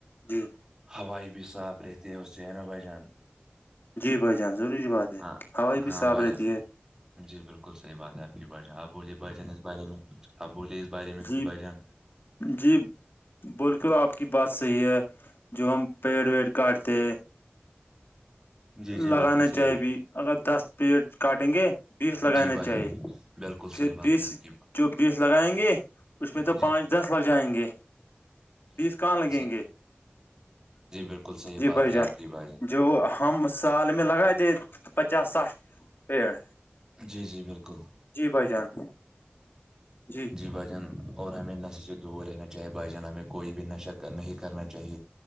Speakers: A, on the left; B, on the right.
A: جی
B: ہوائی بھی صاف رہتی ہے اس سے ہےنا بھائی جان
A: جی بھائی جان ضروری بات ہے
B: ہاں
A: ہوائی
B: ہاں
A: بھی صاف
B: بھائی
A: رہتی
B: جان
A: ہے
B: جی بالکل صحیح بات ہے آپ کی بائی جان آب بوولے بھائی جان اس بارے میں کچھ اب بولیے اس بارے میں
A: جی
B: کچھ بھائی جان
A: جی بول کے آپ کی بات صحیح ہے جو ہم پیڑ ویڈ کاٹتے
B: جی جی
A: لگانا
B: بالکل صحیح
A: چاہیے
B: بات
A: اگر دس پیٹ کاٹیں گے بیس لگانا
B: جی بھائی
A: چاہیے
B: بالکل صحیح
A: پھر
B: بات
A: بیس
B: ہے آپ کی
A: جو بیس لگائیں گے اس میں تو
B: جی
A: پانچ
B: جی
A: دس لگ جائیں گے
B: جی
A: بیس
B: جی بالکل
A: کہاں لگیں
B: صحیح
A: گے
B: جی بالکل صحیح
A: جی
B: بات
A: بھائی
B: ہے
A: جان
B: آپ کی بھائی
A: جو ہم سال میں لگائے تھے پچاس ساٹھ پیڑ
B: جی جی بالکل
A: جی بھائی جان جی
B: بھائی جان اور ہمیں نشے سے دور رہنا چاہے بھائی جان ہمیں کوئی بھی نشہ نہیں کرنا چاہیے